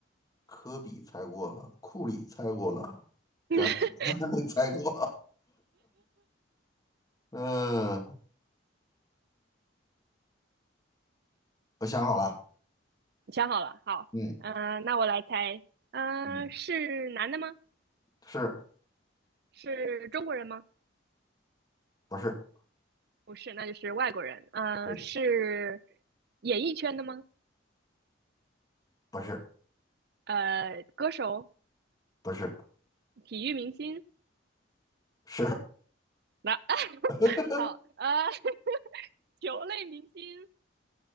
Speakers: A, on the left; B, on the right.
A: 科比猜过了，库里猜过了，詹姆斯还
B: <laughs> 你
A: <laughs> 没猜过。<laughs> 嗯，我想好了。
B: 想好了，好，
A: 嗯
B: 嗯、那我来猜，嗯、
A: 嗯，
B: 是男的吗？
A: 是
B: 是中国人吗？
A: 不是？
B: 不是，那就是外国人。呃，
A: 对，
B: 是演艺圈的吗？
A: 不是，
B: 呃，歌手、
A: 不是，
B: 体育明星。
A: 是，
B: 那、<laughs>
A: <laughs>
B: 好，呃，<laughs> 球类明星，